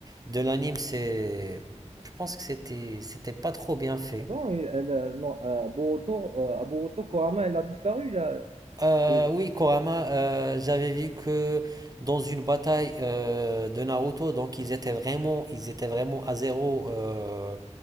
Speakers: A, on the right (about 30°); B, on the right (about 55°).
A: de l'anime, c'est. Je pense que c'était c'était pas trop bien fait.
B: Avant, elle, euh, non, euh, Boruto, euh, à Boruto, Kurama, elle a disparu, là.
A: Euh,
B: le
A: oui, Kurama, euh, j'avais vu que dans une bataille euh, de Naruto, donc ils étaient vraiment, ils étaient vraiment à zéro euh,